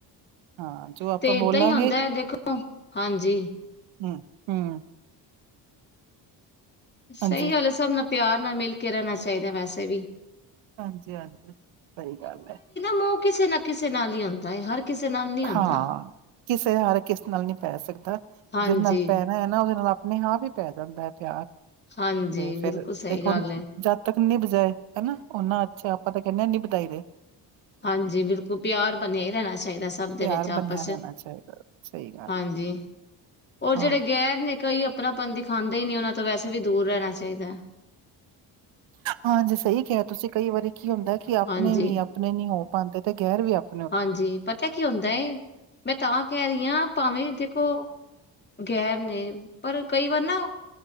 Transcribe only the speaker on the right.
ਹਾਂ ਜੋ ਆਪਾਂ
ਬੋਲਾਂਗੇ
ਹਮ ਹਮ
ਹਾਂਜੀ,
ਹਾਂਜੀ ਹਾਂਜੀ ਸਹੀ ਗੱਲ ਹੈ
ਹਾਂ ਕਿਸੇ ਹਾਰ ਕਿਸ ਨਾਲ ਨਹੀਂੀ ਪੈ ਸਕਦਾ
ਜਿਹਦੇ ਨਾਲ ਪੈਣਾ ਹੈ ਨਾ ਉਹਦੇ ਨਾਲ ਆਪਣੀ ਹਾਂ ਵੀ ਪੈ ਜਾਂਦਾ ਹੈ ਪਿਆਰ
ਤੇ
ਫਿਰ
ਦੇਖੋ
ਤੱਕ ਨੀ ਬਜਾਏ ਹਨਾ ਓਨਾ ਅੱਛਾ ਆਪਾਂ ਤਾਂ ਕਹਿੰਦੇ ਨੀ ਵਧਾਈ ਰਹੇ
ਪਿਆਰ
ਬੰਨਿਆ ਰਹਿਣਾ ਚਾਹੀਦਾ ਸਹੀ ਗੱਲ
ਹੈ
ਹੋਰ
ਹਾਂਜੀ ਸਹੀ ਕਿਹਾ ਤੁਸੀਂ ਕਈ ਵਾਰੀ ਕੀ ਹੁੰਦਾ ਕਿ ਆਪਣੇ
ਵੀ ਆਪਣੇ ਨੀ ਹੋ ਪਾਉਂਦੇ ਤੇ ਗੈਰ ਵੀ ਆਪ